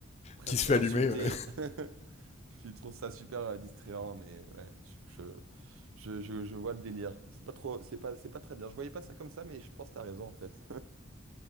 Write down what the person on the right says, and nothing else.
presque
insulter.
<laughs> Ils trouvent ça super euh, distrayant, mais ouais, je, je, je, je- je vois le délire. C'est pas trop, c'est pas, c'est pas très bien. Je voyais pas ça comme ça, mais je pense que tu raison en fait.